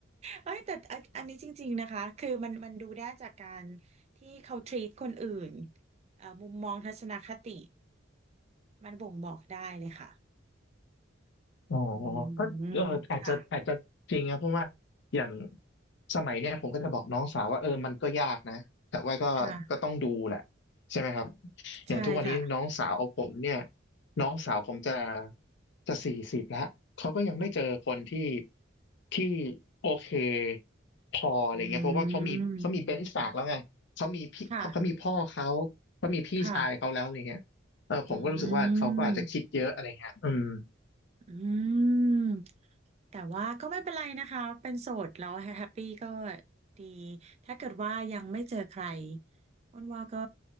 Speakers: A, on the right; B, on the left.
A: เอ้ยแต่อันอันนี้จริงๆนะคะคือมันมันดูได้จากการที่เขา treat คนอื่นเอ่อมุมมองทัศนคติมันบ่งบอกได้เลยค่ะ
B: อ๋อ
A: อื
B: ก็เอออาจจะอาจจะจริงนะเพราะว่า
A: มค่ะ
B: อย่างสมัยเนี่ยผมก็จะบอกน้องสาวว่าเออมันก็ยากนะแต่ว่าก็ก็ต้องดูแหละ
A: ค่ะ
B: ใช่ไหมครับอย่างทุกวันนี้น้องสาวผมเนี่ย
A: ใช่ค่ะ
B: น้องสาวผมจะจะสี่สิบแล้วเขาก็ยังไม่เจอคนที่ที่โอเคพออะไรเงี้ยเพราะว่าเขามีเขามีเบนช์มาร์กแล้วไงเขามีพี่เขามีพ่อเขา
A: อืมค่ะ
B: เขามีพี่ชายเขาแล้วอะไรเงี้ยเออผมก็รู้สึกว่าเขาก็อาจจะคิดเยอะอะไรเงี้ยอืม
A: ค่ะอืม อืมแต่ว่าก็ไม่เป็นไรนะคะเป็นโสดแล้วแฮปปี้ก็ดีถ้าเกิดว่ายังไม่เจอใครอ้วนว่าก็